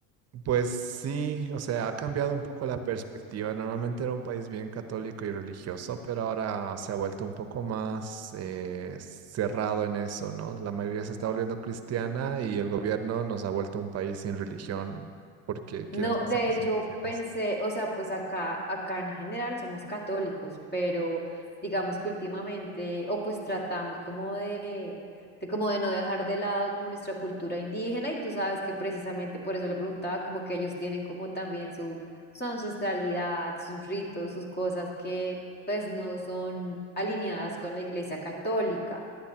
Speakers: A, on the right; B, on the left.
A: Pues sí, o sea, ha cambiado un poco la perspectiva. Normalmente era un país bien católico y religioso, pero ahora se ha vuelto un poco más eh, cerrado en eso, ¿no? La mayoría se está volviendo cristiana y el gobierno nos ha vuelto un país sin religión porque quieren
B: No,
A: que
B: de
A: seamos
B: hecho
A: indígenas.
B: pensé, o sea, pues acá, acá en general somos católicos, pero digamos que últimamente, o pues tratamos como de, de como de no dejar de lado como nuestra cultura indígena, y tú sabes que precisamente por eso le preguntaba, como que ellos tienen como también su, su ancestralidad, sus ritos, sus cosas que pues no son alineadas con la iglesia católica.